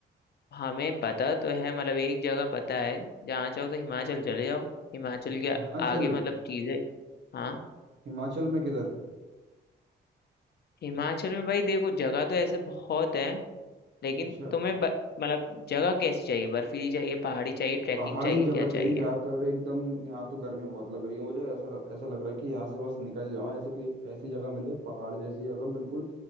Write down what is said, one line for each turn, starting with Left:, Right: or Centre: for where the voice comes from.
Left: हमें पता तो है मतलब एक जगह पता है जहाँ चाहो तो हिमाचल चले जाओ हिमाचल
Right: हि-
Left: के
Right: हिमाचल
Left: आगे मतलब चीजें हाँ
Right: हिमाचल में किधर
Left: हिमाचल में भाई देखो जगह तो ऐसे बहुत है लेकिन
Right: अच्छा
Left: तुम्हें ब- मतलब जगह कैसी चाहिए बर्फीली चाहिए पहाड़ी चाहिए ट्रैकिंग
Right: पहाड़ी
Left: चाहिए
Right: जगह
Left: क्या
Right: चाहिए
Left: चाहिए
Right: जाकर एकदम यहाँ तो गर्मी बहुत लग रही है मुझे ऐसा ऐसा लग रहा है कि यहाँ से बस निकल जाऊं ऐसे कोई ऐसी जगह मिले पहाड़ जैसी जगह बिल्कुल